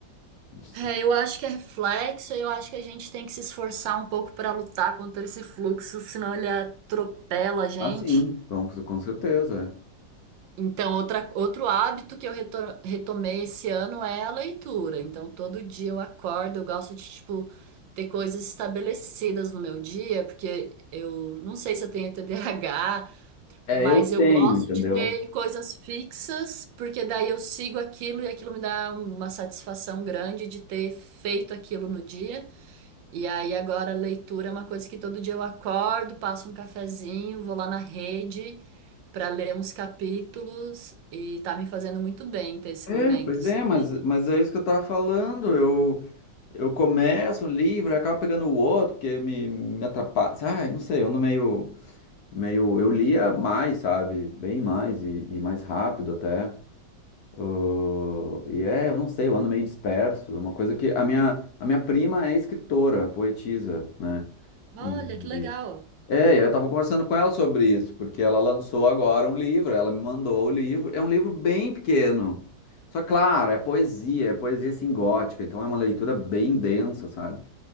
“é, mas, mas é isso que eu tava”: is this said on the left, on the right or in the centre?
Left